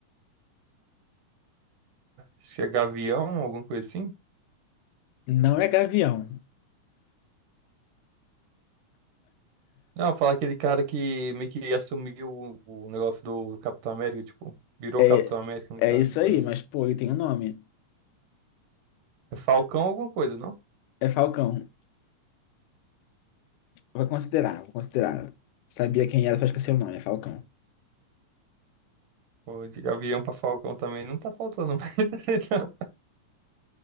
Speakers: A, on the right (about 80°); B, on the left (about 80°).
A: Acho que é Gavião, alguma coisa assim?
B: Não é gavião.
A: Não, falar aquele cara que meio que assumiu o o negócio do Capitão América, tipo, virou
B: É,
A: Capitão América no
B: é
A: caso
B: isso
A: depois.
B: aí, mas pô, ele tem um nome.
A: É Falcão alguma coisa, não?
B: É Falcão. Vou considerar, vou considerar. Sabia quem era, só esqueci o nome, é Falcão.
A: Pô, de Gavião pra Falcão também não tá faltando mais, <laughs> não.